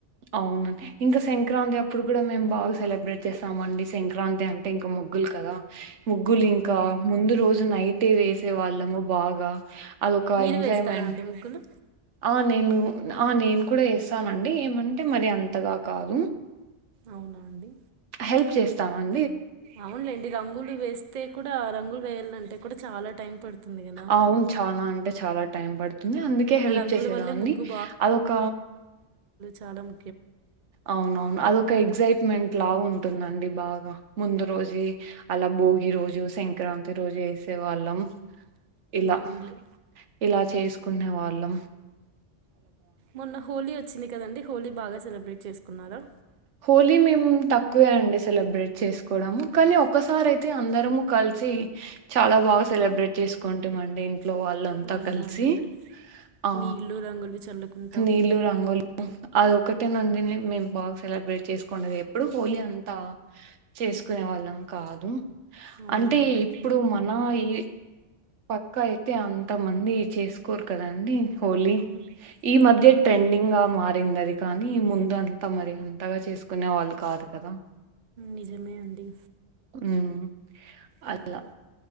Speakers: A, on the right; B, on the right.
A: అవునండి. ఇంకా సంక్రాంతి అప్పుడు కూడా మేము బాగా సెలబ్రేట్ చేస్తామ అండి సంక్రాంతి అంటే ఇంకా ముగ్గులు కదా ముగ్గులు
B: అవునండి
A: ఇంకా ముందు రోజు నైట్ ట్టే వేసే వాళ్ళము బాగా అదొక
B: మీరు
A: ఎంజాయ్మెంట్
B: వేస్తారా అండి ముగ్గులు
A: ఆ నేను ఆ నేను కూడా వేసానండి ఏమంటే మరి అంతగా కాదు
B: అవునా అండి
A: హెల్ప్ చేస్ తాన్
B: అవునులేండి రంగులు వేస్తే కూడా రంగులు వేయాలంటే కూడా చాలా టైం పడుతుంది కదా
A: అవును. చాలా అంటే చాలా టైం పడుత్ ంది అందుకే హెల్ప్
B: రంగుల
A: చేసేదాన్ని
B: వల్లే ముగ్గు
A: అదొక
B: చాలం
A: అవునవును అద ఇంకా ఎగ్సైట్మెంట్ లా ఉంటుందండి బాగా ముందు రోజె అలా భోగి రోజు సంక్రాంతి రోజు వేసే వాళ్ళం ఇలా
B: అవునులే
A: ఇలా చేసుకునే వాళ్ళం
B: మొన్న హోలీ వచ్చింది కదండి హోలీ బాగా సెలబ్రేట్ చేసుకునారా
A: హోలీ మేము తక్కువే అండి సెలబ్రేట్ చేసుకోవడము కానీ ఒక్కసారి అయితే అందరము కలిసి చాలా బాగా సెలబ్రేట్ చేసుకుంటామఅండి ఇ లో వాళ్ళంతా
B: అవునా
A: కలిసి
B: అండి
A: ఆ
B: నీళ్ళు రంగులు చల్లుకుంటా
A: నీళ్లు రంగులు అది ఒక్కటే నండి నే మేం బాగా సెలబ్రేట్ చేస్కుంనేది. ఎప్పుడు హోలీ అంతా చేస్కునే వాళ్ళం కాదు.
B: అవునా
A: అంటే
B: అండి
A: ఇప్పుడు మన ఈ పక్కా అయితే అంత మంది చేస్కోరు కదండి. హోలీ
B: ఉమ్,
A: ఈ మధ్య
B: ఉమ్.
A: ట్రెండింగ్గా మారిందది కానీ ముందు అంతా మరి అంతగా చేసుకునే వాళ్ళు కాదు కదా
B: నిజమే అండి
A: మ్ అలా
B: ఉమ్.